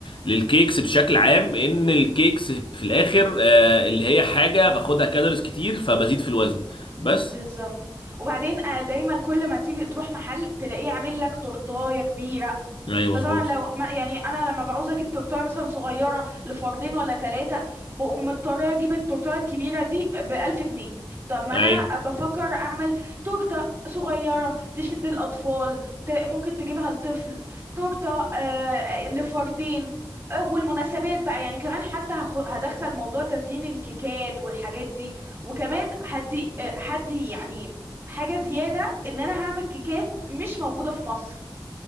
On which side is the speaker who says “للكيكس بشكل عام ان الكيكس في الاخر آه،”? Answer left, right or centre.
Left